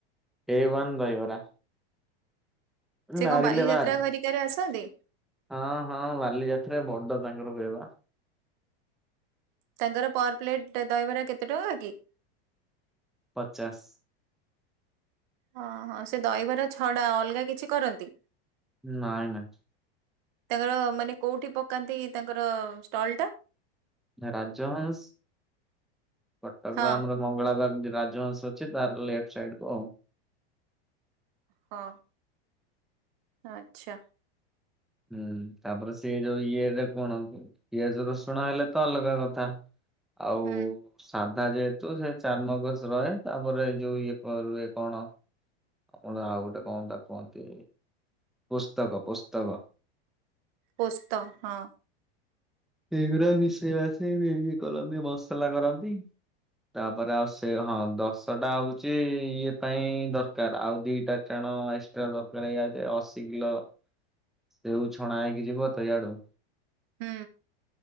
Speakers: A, in the centre; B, on the right.
A: ଏ ୱାନ୍ ଦହିବରା।
B: ସେ
A: ନାରିଲେ
B: କଣ ବାଲିଯାତ୍ରା
A: ବାଦ
B: ଘରିକାରେ ଆସନ୍ତି?
A: ହଁ ହଁ ବାଲିଯାତ୍ରା ବଡ଼ ତାଙ୍କର ହୁଏବା।
B: ତାଙ୍କର ପର ପ୍ଲେଟ ଦହିବରା କେତେ ଟଙ୍କା କି?
A: ପଚାଶ
B: ହଁ ହଁ ସେ ଦହିବାର ଛଡ଼ା ଅଲଗା କିଛି କରନ୍ତି?
A: ନାଇଁ ନାଇଁ।
B: ତାଙ୍କର ମାନେ କୋଉଠି ପକାନ୍ତି ତାଙ୍କର ଷ୍ଟଲ ଟା?
A: ରାଜହଂସ କଟକର
B: ହଁ।
A: ଆମର ମଙ୍ଗଳାବାର ରାଜହଂସ ଅଛି ତାର ଲେଫ୍ଟ ସାଇଡ କୁ ଆଉ
B: ଓହୋ ଆଚ୍ଛା।
A: ହୁଁ ତାପରେ ସେ ଯୋଉ ଇଏ ର କଣ କୁ ପିଆଜ ରସୁଣ ହେଲେ ତ ଅଲଗା କଥା ଆଉ
B: ହୁଁ
A: ସାଧା ଯେହେତୁ ସେ ଚାରମଗଜ ରହେ ତାପରେ ଯୋଉ ଇଏ ପରେ କଣ ଆପଣ ଆଉ ଗୋଟେ କଣ ତାକୁ କୁହନ୍ତି ପୁସ୍ତକ ପୁସ୍ତକ।
B: ପୁସ୍ତ ହଁ।
A: ଏଇ ଗୁରା ମିସେଇ ମାସେଇ ଇଏ କରନ୍ତି ମସଲା କରନ୍ତି। ତାପରେ ଆଉ ସେ ହଁ ଦଶଟା ହୋଉଚି ଇଏ ପାଇଁ ଦରକାର ଆଉ ଦିଇଟା କଟାଣ ଏକ୍ସଟ୍ରା ଦରକାର ଏଇଆ ଯେ ଅଶୀ କିଲୋ
B: ହଁ
A: ସେଉ ଛଣା ହେଇକି ଯିବ ତଇଆଡୁ
B: ହୁଁ